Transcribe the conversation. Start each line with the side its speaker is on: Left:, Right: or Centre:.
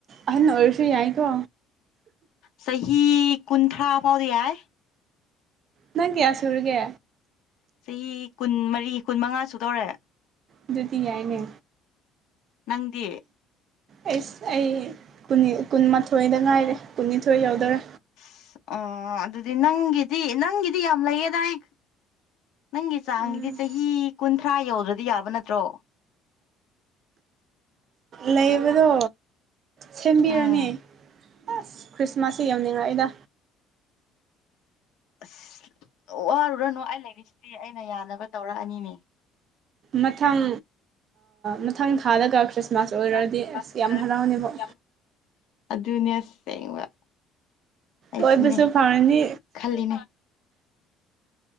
Right: ꯑꯍꯟ ꯑꯣꯏꯔꯁꯨ ꯌꯥꯏ ꯀꯣ
Left: ꯆꯍꯤ ꯀꯨꯟꯊ꯭ꯔꯥ ꯐꯥꯎꯗꯤ ꯌꯥꯏ
Right: ꯅꯪ ꯀꯌꯥ ꯁꯨꯔꯒꯦ
Left: ꯆꯍꯤ ꯀꯨꯟ ꯃꯔꯤ ꯀꯨꯟꯃꯉꯥ ꯁꯨꯗꯧꯔꯦ
Right: ꯑꯗꯨꯗꯤ ꯌꯥꯏꯅꯦ
Left: ꯅꯪꯗꯤ
Right: ꯑꯩꯁ ꯑꯩ ꯀꯨꯟꯃꯥꯊꯣꯏꯗ ꯉꯥꯏꯔꯦ ꯀꯨꯟꯅꯤꯊꯣꯏ ꯌꯧꯗꯣꯔꯦ
Left: ꯑꯁ ꯑꯣ ꯑꯗꯨꯗꯤ ꯅꯪꯒꯤꯗꯤ ꯅꯪꯒꯤꯗꯤ ꯌꯥꯝ ꯂꯩꯌꯦꯗꯥꯏ ꯅꯪꯒꯤ ꯆꯥꯡꯒꯤꯗꯤ
Right: ꯎꯝ
Left: ꯆꯍꯤ ꯀꯨꯟꯊ꯭ꯔꯥ ꯌꯧꯗ꯭ꯔꯗꯤ ꯌꯥꯕ ꯅꯠꯇ꯭ꯔꯣ
Right: ꯂꯩꯕꯗꯣ ꯁꯦꯝꯕꯤꯔꯣꯅꯦ
Left: ꯎꯝ
Right: ꯑꯁ ꯈ꯭ꯔꯤꯁꯃꯥꯁꯁꯦ ꯌꯧꯅꯤꯡꯉꯛꯏꯗ
Left: ꯑꯁ ꯋꯥꯔꯨꯔꯅꯨ ꯑꯩ ꯂꯩꯔꯤꯁꯤꯗꯤ ꯑꯩꯅ ꯌꯥꯅꯕ ꯇꯧꯔꯛꯑꯅꯤꯅꯦ
Right: ꯃꯊꯪ ꯃꯊꯪ ꯊꯥꯗꯒ ꯈ꯭ꯔꯤꯁꯃꯥꯁ ꯑꯣꯏꯔꯛꯑꯥꯗꯤ
Left: ꯈ꯭ꯔꯤꯁꯃꯥꯁ
Right: ꯑꯁ
Left: ꯑꯣꯏꯔꯗꯤ
Right: ꯌꯥꯝ ꯍꯔꯥꯎꯅꯤꯕ‌ꯣ
Left: ꯌꯥꯝ ꯑꯗꯨꯅꯦ ꯑꯥꯁꯦꯡꯕ ꯑꯩꯁꯨꯅꯦ
Right: ꯀꯣꯏꯕꯁꯨ ꯐꯪꯔꯅꯤ
Left: ꯈꯜꯂꯤꯅꯦ